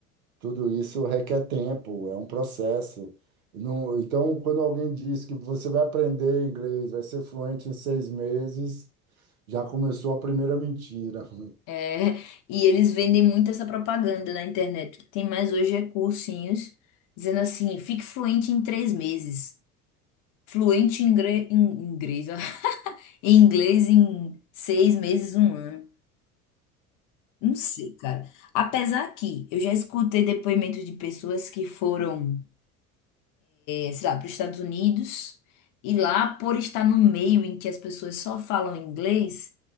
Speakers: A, on the right; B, on the left.
A: tudo isso requer tempo, é um processo. Não- então, quando alguém diz que você vai aprender inglês, vai ser fluente em seis meses, já começou a primeira mentira. <laughs>
B: É, e eles vendem muito essa propaganda na internet. O que tem mais hoje é cursinhos dizendo assim: fique fluente em três meses, fluente em, ingre- em inglês, ó, <laughs> em inglês em seis meses, um ano. Não sei, cara. Apesar que eu já escutei depoimentos de pessoas que foram, eh, sei lá, para os Estados Unidos e lá, por estar no meio em que as pessoas só falam inglês,